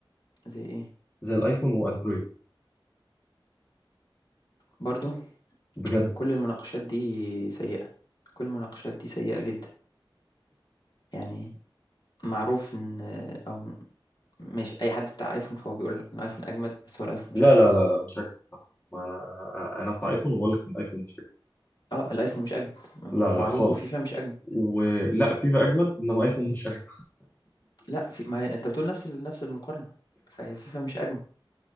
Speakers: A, on the left; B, on the left.
A: زي ايه
B: زي الايفون واندرويد
A: برضو
B: بجد
A: كل المناقشات دي سيئه كل المناقشات دي سيئه جدا يعني معروف ان او ماشي اي حد بتاع ايفون فهو بيقول ان الايفون اجمد بس هو الايفون مش
B: لا
A: اجمد
B: لا لا لا مش هكذب ما انا انا بتاع ايفون وبقول لك ان الايفون مش هكذب
A: اه الايفون مش اجمل ومعروف
B: لا لا خالص
A: وفيفا مش اجمل
B: ولا فيفا اجمد انما ايفون مش اجمد
A: لا في ما هي انت بتقول نفس ال- نفس المقارنه فهي فيفا مش اجمد